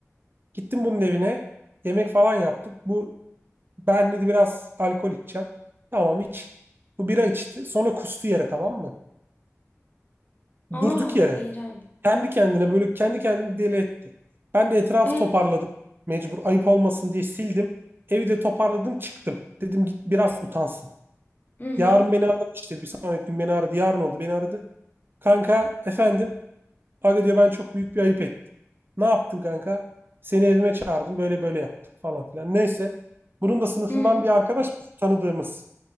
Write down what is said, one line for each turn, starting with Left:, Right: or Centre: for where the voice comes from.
Right: Gittim bunun evine. Yemek falan yaptık. Bu ben dedi biraz alkol içeceğim. Tamam iç. Bu bira içti. Sonra kustu yere tamam mı?
Left: Aa,
Right: Durduk yere.
Left: İran.
Right: Kendi kendine böyle kendi kendini deli etti. Ben de etrafı
Left: E,
Right: toparladım. Mecbur ayıp olmasın diye sildim. Evi de toparladım çıktım. Dedim git biraz utansın.
Left: hı hı,
Right: Yarın beni aradı işte bir sonraki gün beni aradı. Yarın oldu beni aradı. Kanka efendim Aga diyor ben çok büyük bir ayıp ettim. Ne yaptın kanka? Seni evime çağırdım böyle böyle yaptım falan filan. Neyse. Bunun da sınıfından
Left: hı hı,
Right: bir arkadaş biz tanıdığımız.